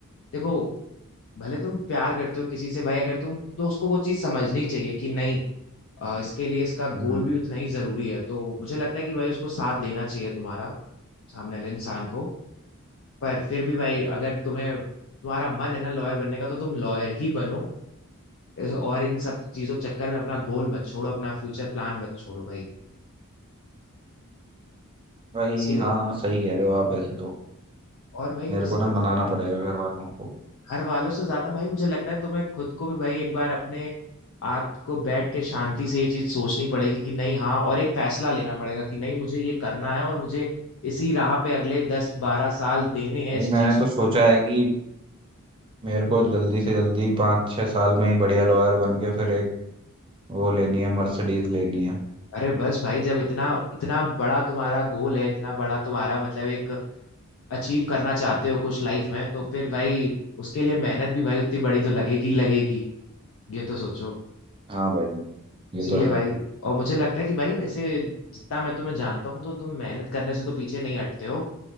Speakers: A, on the left; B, on the right.
A: देखो भले तुम प्यार करते हो किसी से भाई अगर तुम तो उसको वो चीज समझनी चाहिए कि नहीं अ, इसके लिए इसका गोल
B: हम्म
A: भी उतना ही जरूरी है तो मुझे लगता है कि भाई उसको साथ देना चाहिए तुम्हारा सामने वाले इंसान को पर फिर भी भाई अगर तुम्हें तुम्हारा मन है ना लॉयर बनने का तो तुम लॉयर ही बनो इस- और इन सब चीजों के चक्कर में अपना गोल मत छोड़ो अपना फ्यूचर प्लान मत छोड़ो भाई
B: भाई
A: इसीलिए
B: हाँ सही कह रहे हो आप वैसे तो
A: और भाई
B: मेरे
A: वैसे
B: को ना
A: पत-
B: मनाना पड़ेगा घर वालों को
A: घर वालों से ज्यादा भाई मुझे लगता है तुम्हें खुद को भी भाई एक बार अपने आप को बैठ के शांति से ये चीज सोचनी पड़ेगी कि नहीं हाँ और एक फैसला लेना पड़ेगा कि नहीं मुझे ये करना है और मुझे इसी राह पे अगले दस बारह साल देने हैं
B: भाई
A: इस
B: मैंने
A: चीज
B: तो सोचा है कि मेरे को जल्दी से जल्दी पाँच छः साल में ही बढ़िया लॉयर बन के फिर एक वो लेनी है मर्सिडीज लेनी है
A: अरे बस भाई जब इतना इतना बड़ा तुम्हारा गोल है इतना बड़ा तुम्हारा मतलब एक अचीव करना चाहते हो कुछ लाइफ में तो फिर भाई उसके लिए मेहनत भी भाई उतनी बड़ी तो लगेगी लगेगी ये तो सोचो
B: हाँ भाई
A: इसीलिए
B: ये तो है
A: भाई और मुझे लगता है कि भाई वैसे जितना मैं तुम्हें जानता हूँ तो तुम मेहनत करने से तो पीछे नहीं हटते हो